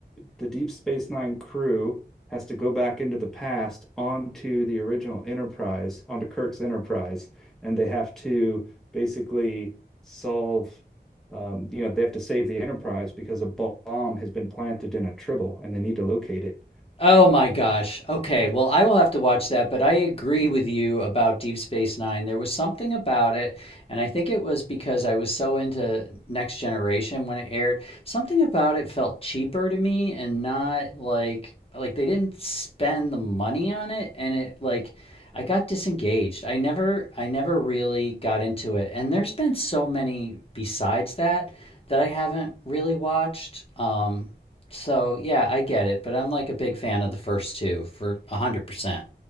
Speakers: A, in the centre; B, on the left.
A: the Deep Space Nine crew has to go back into the past onto the original Enterprise, onto Kirk's Enterprise, and they have to basically solve, um, you know, they have to save the Enterprise because a bomb has been planted in a tribble and they need to locate it.
B: Oh my gosh. Okay. Well, I will have to watch that, but I agree with you about Deep Space Nine. There was something about it, and I think it was because I was so into Next Generation when it aired. Something about it felt cheaper to me and not like like they didn't spend the money on it and it like I got disengaged. I never I never really got into it. And there's been so many besides that that I haven't really watched. Um so yeah, I get it, but I'm like a big fan of the first two for a hundred percent.